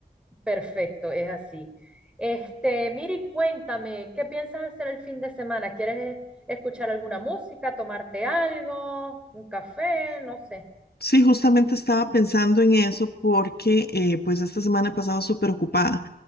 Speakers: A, in the centre; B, on the left.
A: Perfecto, es así. Este, Miri, cuéntame, ¿qué piensas hacer el fin de semana? ¿Quieres eh, escuchar alguna música, tomarte algo, un café? No sé.
B: Sí, justamente estaba pensando en eso porque eh, pues esta semana he pasado súper ocupada.